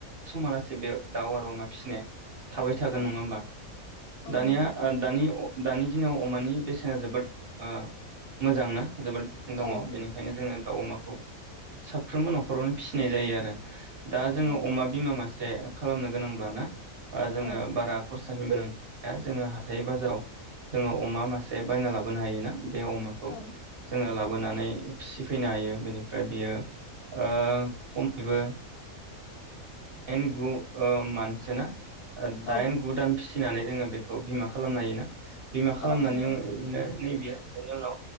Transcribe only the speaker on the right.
समालासै बे दाउ आरो अमा फिसिनाया थाबाय थागोन
नङा होमबा
दानिया
आ दानि अ दानि दिनाव अमानि बेसे जोबोर ओ मोजांना जोबोर दङ
बेनिखायनो जोङो दाउ अमाखौ साफ्रोमबो नखरावनो फिसिनाय जायो आरो दा जोङो
अमा बिमा मासे जे खालामनो गोनांब्ला ना ओ जोनो
बारा खरसानि गोनांथिया जोङो हाथाय बाजाराव जोङो अमा मासे ए बायना लाबोनो हायो ना बे अमाखौ
जोङो लाबो बोनानै फिसिफैनो हायो बेनिफ्राय बियो ओ खमैबोओ इन गु मानसोना ओ दाइन
गु दान फिसिनानै जोङो बेखौ बिमा खालामनो हायो ना बिमा खालामनानै
<unintelligible> ओ नैबे बेनि उनाव